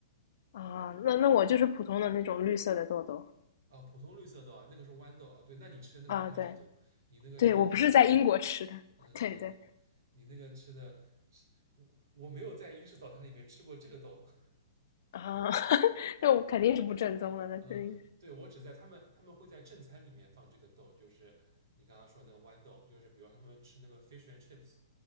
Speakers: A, on the left; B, on the right.
A: 啊，那那我就是普通的那种绿色的豆豆
B: 啊，普通绿色豆啊，那个是豌豆啊。对，那你吃的那个不太正宗，
A: 啊，对
B: 你那个是他们改良的。
A: 对，我不是在英国吃的，
B: 嗯嗯，
A: 对对
B: 你你那个吃的吃，我我没有在英式早餐里面吃过这个豆。<laughs>
A: 啊，<laughs> 那我肯定是不正宗的，那肯定是，
B: 嗯，对，我只在他们他们会在正餐里面放这个豆，就是你刚刚说那个豌豆，就是比如他们吃那个 fish and chips